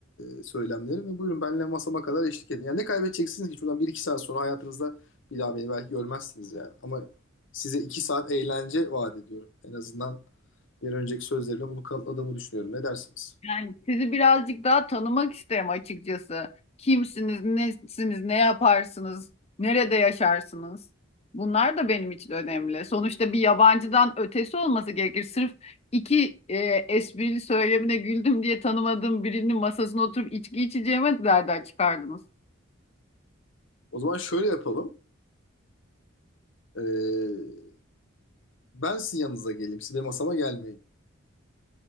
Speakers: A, on the left; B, on the left.
A: e, söylemleri ve buyurun benimle masama kadar eşlik edin. Yani ne kaybedeceksiniz ki? Şuradan bir iki saat sonra hayatınızda bir daha beni belki görmezsiniz yani. Ama size 2 saat eğlence vaat ediyorum. En azından Bir önceki sözlerimle bunu kanıtladığımı düşünüyorum. Ne dersiniz?
B: Yani sizi birazcık daha tanımak isterim açıkçası. Kimsiniz, nesiniz, ne yaparsınız, nerede yaşarsınız? Bunlar da benim için önemli. Sonuçta bir yabancıdan ötesi olması gerekir. Sırf iki e, esprili söylemine güldüm diye tanımadığım birinin masasına oturup içki içeceğime de nereden çıkardınız?
A: O zaman şöyle yapalım. Ee, ben sizin yanınıza geleyim. Siz de masama gelmeyin.